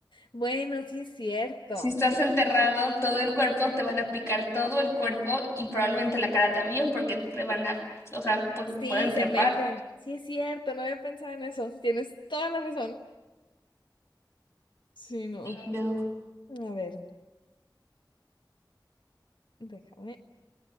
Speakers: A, on the left; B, on the left.
A: Bueno, sí es cierto.
B: Si estás enterrado, todo el cuerpo te van a picar todo el cuerpo y probablemente la cara también, porque te van a, o sea, pu-
A: Sí,
B: pueden
A: se
B: trepar.
A: meten. Sí es cierto, no había pensado en eso. Tienes toda la razón. Sí, no.
B: No.
A: A ver, déjame.